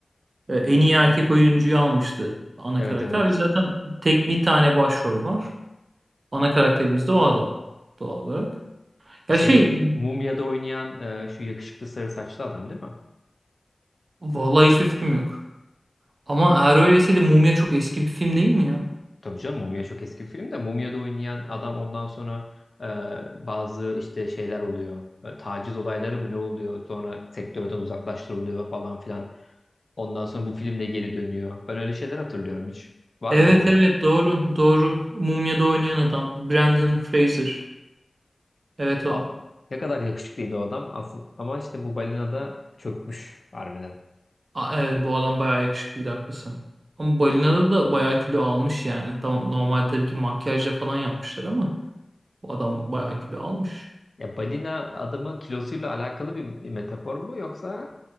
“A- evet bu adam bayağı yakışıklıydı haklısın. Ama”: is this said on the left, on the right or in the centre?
Right